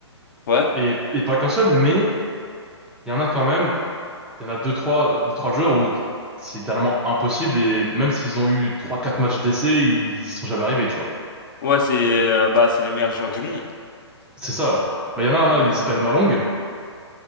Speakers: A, on the left (about 45°); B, in the centre.
A: Ouais.
B: et et pas qu'un seul, mais il y en a quand même. Il y en a deux trois deux, trois joueurs où c'est tellement impossible et même s'ils ont eu trois quatre matchs d'essai, ils, ils sont jamais arrivés, tu vois.
A: Ouais, c'est euh, bah c'est les meilleurs joueurs du monde.
B: C'est ça. Bah il y en a un là,
A: Euh,
B: il s'appelle Malong.